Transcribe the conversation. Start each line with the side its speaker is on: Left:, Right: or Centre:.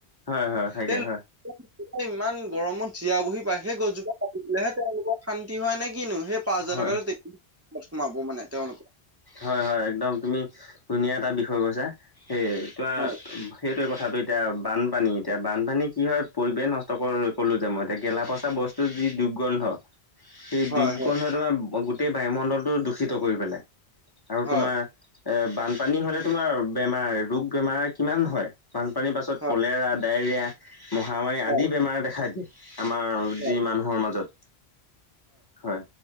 Left: হয়- হয় থাকে
Right: সেই
Left: হয়।
Right: ইমান গৰমত জিয়াবহি পায় সেই গছজোপা কাটি দিলেহে তেওঁলোকৰ শান্তি হয় নেকি? কিনো সেই পাঁচ
Left: হয়
Right: হাজাৰ টকা <unintelligible> ক'ত সোমাব মানে তেওঁলোকে
Left: হয় -হয় একদম তুমি ধুনীয়া এটা বিষয় কৈছা সেই তোমাৰ
Right: হয়
Left: সেইটোৱে কথাটো এতিয়া বানপানী এতিয়া বানপানী কি হয় পৰিৱেশ নষ্ট কৰো -ক'লো যে মই এতিয়া গেলা -পচা বস্তু যি দুৰ্গন্ধ সেই
Right: হয়
Left: দুৰ্গন্ধ তোমাৰ গোটেই বায়ুমণ্ডলটো দূষিত কৰি পেলাই। আৰু
Right: হয়
Left: তোমাৰ এ বানপানী হলে তোমাৰ বেমাৰ ৰোগ বেমাৰ কিমান হয় বানপানীৰ পাছত
Right: হয়
Left: কলেৰা, ডায়েৰিয়া, মহামাৰী
Right: হয়
Left: আদি বেমাৰ দেখা দিয়ে। আমাৰ
Right: হয়
Left: যি মানুহৰ মাজত হয়